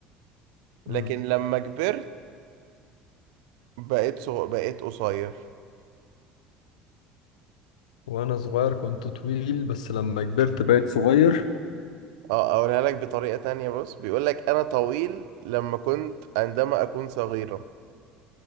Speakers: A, on the left; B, on the right.
A: مم.
B: لكن لما كبرت بقيت صغ... بقيت قصير
A: وأنا صغير كنت طويل بس لما كبرت بقيت صغير
B: اه اقولها لك بطريقة تانية بص بيقول لك انا طويل لما كنت عندما اكون صغيرا